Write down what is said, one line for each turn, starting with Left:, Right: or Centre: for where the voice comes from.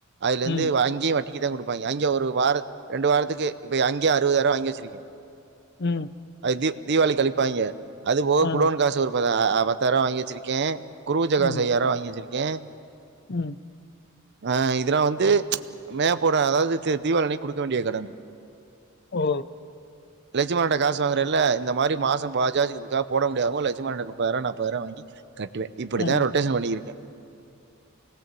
Right: அதுலந்து
Left: ம்,
Right: அங்கியே வட் டிகிதா குடுப்பாய்ங்க அங்க ஒரு வாரத் ரெண்டு வாரத்துக்கு இப்பய அங்யே அறுவதாயிர்வா வாங்கி வெச்சிருக்கே
Left: ம்
Right: அது தீவ் தீவாளி கழிப்பாங்க அது போக
Left: ஆ,
Right: குடோனு காசு ஒருபதா பத்தாயிரா வாங்கி வெச்சிருக்கே குருவச்ச காச
Left: ம்,
Right: ஐயாயிர்வா வாங்கி வெச்சிருக்கே
Left: ம்
Right: ஆ இதுனா வந்து மேப்போட அதாவ்துது தீபாவளி அன்னைக் குடுக்க வேண்டிய கடன்
Left: ஓ
Right: லட்சுமணட்ட காசு வாங்குறல்ல அந்த மாரி மாச பஜாஜ் இதுக்காக போட முடியாதங்க லட்சுமணாட்ட முப்பதாயிரூவா நாப்பதாயிரூவா வாங்கி கட்டுவே இப்டித்தா
Left: ஆ.
Right: ரொட்டேஷன் பண்ணிருக்கே